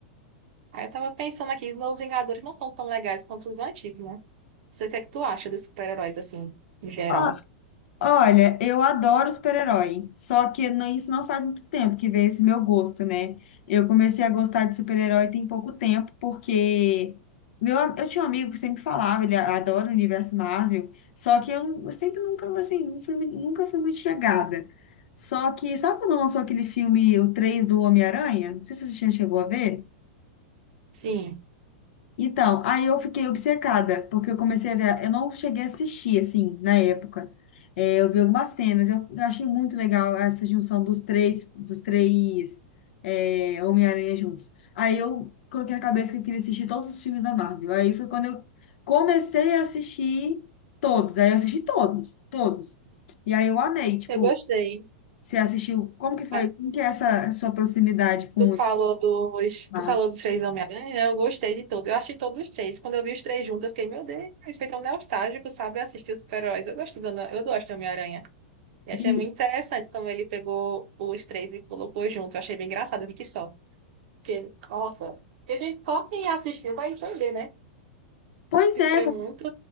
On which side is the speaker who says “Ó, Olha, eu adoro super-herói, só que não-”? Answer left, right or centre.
Left